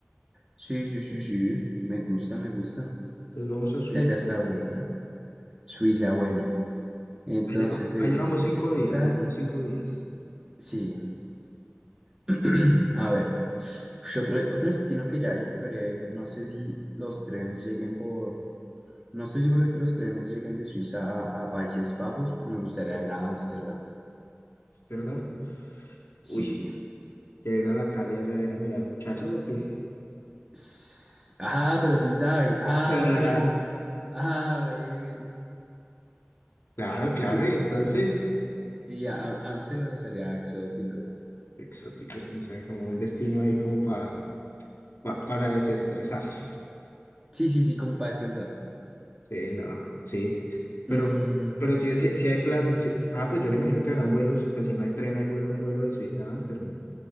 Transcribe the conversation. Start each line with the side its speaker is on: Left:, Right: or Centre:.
Right: Sí, sí, sí, sí. Me gusta, me gusta.
Left: Entonces vamos a Suiza.
Right: Esa idea está buena. Suiza, bueno. Entonces,
Left: Allá,
Right: de,
Left: allá
Right: de
Left: vamos cinco
Right: de
Left: días,
Right: Italia.
Left: ya vamos cinco días.
Right: Sí. <clears throat> A ver, ush, otro, otro destino que ya ahí sí tocaría ir, no sé si los trenes lleguen por, no estoy seguro de que los trenes lleguen de Suiza a, a Países Bajos, pero me gustaría ir a Ámsterdam.
Left: Amsterdam.
Right: Sí.
Left: Uy, Ya ir a la calle allá era mirar muchachas o qué.
Right: S- Ah, pero sí sabe. Ah,
Left: <laughs>
Right: bueno. Ah, bueno.
Left: Claro, claro,
Right: Sí,
Left: y entonces,
Right: sí. Y a a- Ámsterdam estaría exótico.
Left: exótico, o sea, como un destino ahí como pa, pa- para desestresarse.
Right: Sí, sí, sí, como para descansar.
Left: Sí, no, sí. Pero,
Right: Mm,
Left: pero si, si, si hay plan, si- ah, pues yo me imagino que habrán vuelos, pues si no hay tren, hay vuelo, un vuelo de Suiza a Ámsterdam.